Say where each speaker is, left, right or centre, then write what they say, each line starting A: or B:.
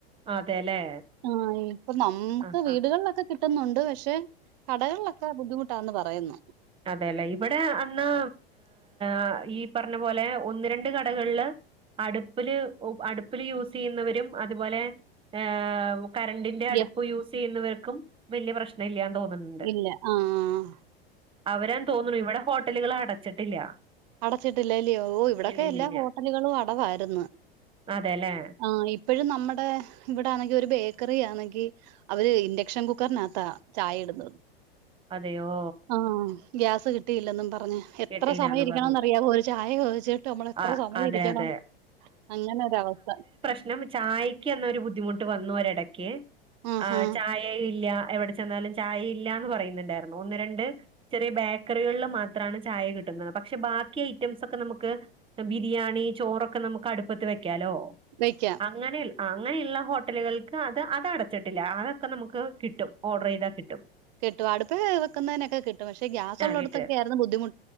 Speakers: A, on the right; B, on the right.
A: അതെല്ലേ
B: ആഹ് ഇപ്പൊ നമ്മ്ക്ക്
A: ആ
B: വീടുകളിലൊക്കെ
A: ആ
B: കി ട്ടുന്നുണ്ട് പക്ഷെ കടകളിലൊക്കെ ബുദ്ധിമുട്ടാന്ന് പറയ്ന്ന്.
A: അതേല്ലേ ഇവടെ അന്നാ ആഹ് ഈ പറഞ്ഞ പോലെ ഒന്ന് രണ്ട് കടകൾള് അട്പ്പ്ല് അട്പ്പ്ല് യൂസ് ചെയ്യുന്നവരും അതുപോലെ ഏഹ് കരണ്ടിന്റെ അടുപ്പ്
B: യ
A: യൂസ്സെയ്യുന്നവർക്കും വെല്യെ പ്രശ്നം ഇല്ല്യാന്ന് തോന്ന്ന്ന്
B: ഇല്ല ആഹ്.
A: അവരാന്ന് തോന്ന്ണു ഇവിടെ ഹോട്ടലുകള് അടച്ചിട്ടില്ല.
B: അടച്ചിട്ടില്ല അല്ലയോ ഓ ഇവ്ടൊക്കെ
A: ഇല്ല ഇല്ല
B: എല്ലാ
A: ഇല്ല
B: ഹോട്ടലുകളും അടവായിര്ന്ന്
A: അതെല്ലേ
B: ആഹ് ഇ പ്പഴും നമ്മടെ ഇവടാന്നെങ്കി ഒരു ബേക്കറി ആന്നെങ്കി അവര് ഇൻഡക്ഷൻ കുക്കർനകത്താ ചായ ഇട്ന്നത്.
A: അതെയോ
B: ആഹ് ഗ്യാസ് കിട്ടിയില്ലെന്നും പറഞ്ഞ് എത്ര
A: കേട്ടില്ലന്ന്
B: സമയം ഇരി
A: പറഞ്ഞു
B: ക്കണം ന്നറിയാവോ ഒര് ചായ ചോദിച്ചിട്ട് അമ്മള് എത്ര
A: ആ
B: സമയം
A: അതെ
B: ഇരിക്ക്യണം
A: അതെ
B: അങ്ങനൊരവസ്ഥ
A: പിന്നെ അംക്ക് ചായെക്ക് അന്നൊരു ബുദ്ധിമുട്ട് വന്നു ഒരെടക്ക്
B: ആഹ്
A: അഹ്
B: ആഹ്
A: ചായ യേ ഇല്ല എവ്ടെ ചെന്നാലും ചായ ഇല്ലാന്ന് പറയ്ന്ന്ണ്ടാരുന്നു ഒന്ന് രണ്ട് ചെറ്യെ ബേക്കറികളില് മാ ത്രാണ് ചായ കിട്ടുന്നത് പക്ഷെ ബാക്കി ഐറ്റംസ് ഒക്കെ നമ്ക്ക് പ്പ ബിരിയാണി, ചോറൊക്കെ നമ്മ്ക്ക് അടുപ്പത്ത് വെക്ക്യാലോ.
B: വെക്ക്യാം
A: അങ്ങനെയ്ൾ ആഹ് അങ്ങനെയ്ള്ള ഹോട്ടലുകൾക്ക് അത് അതട ച്ച്ട്ടില്ല അതൊക്കെ നമുക്ക് കിട്ടും ഓർഡറെയ്താ കിട്ടും.
B: കിട്ടു അട്പ്പതെഹ് വെക്ക്ന്നേനൊക്കെ കിട്ടും പക്ഷേ ഗ്യാസ്
A: ആഹ്
B: ഉള്ളടത്തൊക്കെയായിരുന്നു
A: കിട്ടും.
B: ബുദ്ധിമു